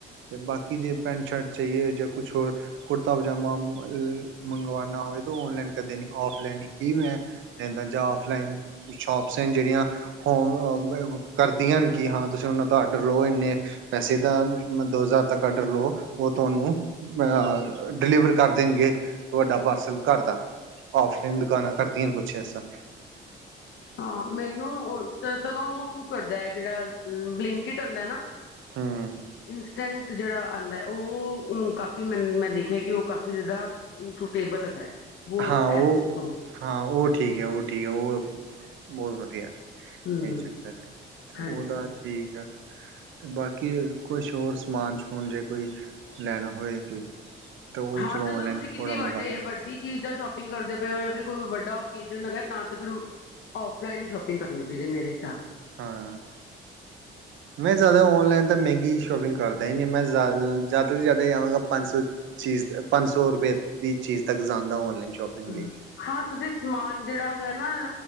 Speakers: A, on the right; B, on the left.
A: ਤੇ ਬਾਕੀ ਜੇ ਪੈਂਟ ਸ਼ਰਟ ਚਾਹੀਏ ਜਾਂ ਕੁਛ ਹੋਰ ਕੁੜਤਾ ਪਜਾਮਾ ਮੰਗਵਾਨਾ ਹੋਵੇ ਤਾਂ ਓਨਲਾਈਨ ਕਦੇ ਨੀ ਆਫਲਾਈਨ ਹੀ ਮੈਂ ਲੈਂਦਾ ਜਾਂ ਆਫਲਾਈਨ ਸ਼ੋਪਸ ਹੈ ਜਿਹੜੀਆਂ ਹੋ। ਕਰਦੀਆਂ ਹਨ ਕਿ ਹਾਂ ਤੁਸੀਂ ਉਹਨਾਂ ਤੋਂ ਆਡਰ ਲਓ ਇੰਨੇ ਪੈਸੇ ਦਾ ਦੋ ਹਜ਼ਾਰ ਤੱਕ ਆਡਰ ਲਓ ਉਹ ਤੁਹਾਨੂੰ ਅ ਡਿਲੀਵਰ ਕਰ ਦੇਣਗੇ ਤੁਹਾਡਾ ਪਾਰਸਲ ਘਰ ਤੱਕ ਆਫਲਾਈਨ ਦੁਕਾਨਾਂ ਕਰਦੀਆਂ ਨੇ ਕੁਛ ਐਸਾ।
B: ਹਾਂ ਮੈਨੂੰ ਉਹ ਸਗੋਂ ਉਹ ਸੂਟ ਕਰਦਾ ਹੈ। ਜਿਹੜਾ ਬਲਿੰਕਿਟ ਹੁੰਦਾ ਨਾ
A: ਹਮ
B: ਇੰਸਟੈਂਟ ਜਿਹੜਾ ਆਉਂਦਾ ਉਹ ਕਾਫੀ ਮੈ ਮੈਂ ਦੇਖਿਆ ਕਿ ਉਹ ਕਾਫੀ ਜ਼ਿਆਦਾ ਸੂਟੇਬਲ ਹੈਗਾ ਹੈ। ਹੋਰ
A: ਹਾਂ ਉਹ
B: ਐਪਸ ਤੋਂ
A: ਹਾਂ ਉਹ ਠੀਕ ਹੈ ਉਹ ਠੀਕ ਹੈ ਉਹ ਬਹੁਤ ਵਧੀਆ ਹੈ।
B: ਹਮ
A: ਉਹਦੇ ਚੱਕਰ
B: ਹਾਂਜੀ
A: ਉਹਦਾ ਠੀਕ ਆ। ਬਾਕੀ ਕੁਛ ਹੋਰ ਸਮਾਨ ਸਮੂਨ ਜੇ ਕੋਈ ਲੈਣਾ ਹੋਵੇ ਤੇ? ਉਹ
B: ਹਾਂ
A: ਚਲੋ
B: ਜਦੋਂ
A: ਔਨਲਾਈਨ
B: ਤੁਸੀਂ ਕਿਸੇ
A: ਥੋੜਾ ਮੰਗਵਾ
B: ਵੱਡੇ
A: ਲੈਂਦਾ
B: ਵੱਡੀ ਚੀਜ਼ ਦਾ ਸ਼ੌਪਿੰਗ। ਸ਼ੌਪਿੰਗ ਕਰਦੇ ਪਏ ਹੋ ਜਾਂ ਫੇਰ ਕੋਈ ਵੱਡਾ ਓਕੇਜਨ ਹੈਗਾ ਤਾਂ ਫਿਰ ਔਫਲਾਈਨ ਹੀ ਸ਼ੋਪਿੰਗ ਕਰਨੀ ਚਾਹੀਦੀ ਮੇਰੇ ਹਿਸਾਬ?
A: ਹਾਂ ਮੈਂ ਜ਼ਿਆਦਾ ਓਨਲਾਈਨ ਤਾਂ ਮਹਿੰਗੀ ਸ਼ੋਪਿੰਗ ਕਰਦਾ ਹੀ ਨਹੀਂ ਮੈਂ ਜ਼ਿਆਦਾ ਤੋਂ ਜ਼ਿਆਦਾ ਜਾਵਾਂਗਾ ਪੰਜ ਸੌ ਚੀਜ਼ ਪੰਜ ਸੌ ਰੁਪਏ ਦੀ ਚੀਜ਼ ਤੱਕ ਜਾਂਦਾ ਔਨਲਾਈਨ। ਸ਼ੋਪਿੰਗ
B: ਹੂੰ
A: ਲਈ
B: ਹਾਂ ਤੁਸੀਂ ਸਮਾਨ ਜਿਹੜਾ ਹੈਗਾ ਨਾ